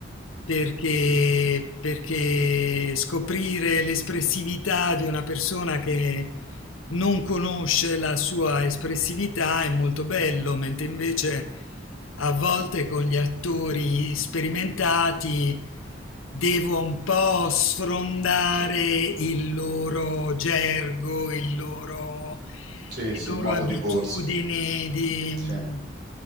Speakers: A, on the left; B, on the right.
A: perché, perché scoprire l'espressività di una persona che non conosce la sua espressività è molto bello, mentre invece a volte con gli attori sperimentati devo un po' sfrondare
B: sì.
A: il loro gergo, il loro,
B: Sì,
A: le
B: sì,
A: loro
B: il modo
A: abitudini
B: di porsi, sì.
A: di...
B: Sì,